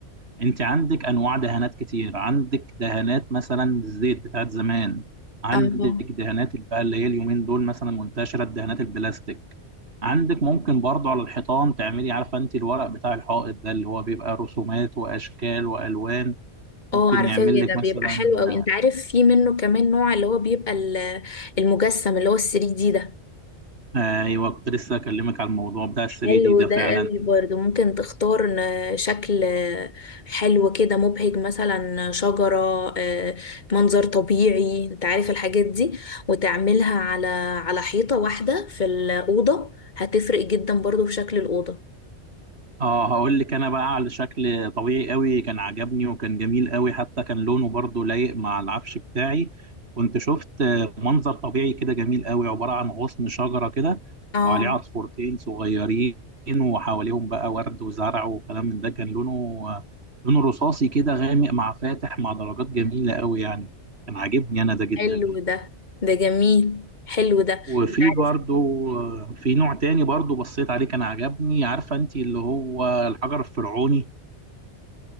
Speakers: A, on the right; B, on the left.
A: فانت عندك انواع دهانات كتير عندك دهانات مثلا الزيت بتاعت زمان عندك
B: اه
A: دهانات بقى اللي هي اليومين دول مثلا منتشره الدهانات البلاستيك عندك ممكن برضه على الحيطان تعملي عارفه انت الورق بتاع الحائط ده اللي هو بيبقى رسومات واشكال والوان
B: اه
A: ممكن
B: عارفاه
A: يعمل لك
B: ده
A: مثلا
B: بيبقى حلو قوي انت عارف في منه كمان نوع اللي هو بيبقى ال- المجسم اللي هو ال 3 دي ده
A: آه، ايوه كنت لسه اكلمك على الموضوع بتاع ال
B: حلو
A: 3 دي ده
B: ده
A: فعلا
B: قوي برضه ممكن تختار آه، شكل آه، حلو كده مبهج مثلا شجرة آه، منظر طبيعي انت عارف الحاجات دي وتعملها على على حيطة واحدة في الأوضة هتفرق جدا برضه في شكل الأوضة
A: اه هقول لك انا بقى على شكل طبيعي قوي كان عجبني وكان جميل قوي حتى كان لونه برضو لايق مع العفش بتاعي كنت شفت آه، منظر طبيعي كده جميل قوي عبارة عن غصن شجرة كده
B: اه
A: وعليه عصفورتين صغيرين وحواليهم بقى ورد وزرع وكلام من ده كان لونه آه، لونه رصاصي كده غامق مع فاتح مع درجات جميلة قوي يعني كان عاجبني انا ده جدا
B: حلو
A: يعني
B: ده ده جميل حلو ده
A: وفي
B: انت عارف
A: برضو آه، في نوع تاني برضو بصيت عليه كان عجبني عارفة انت اللي هو الحجر الفرعوني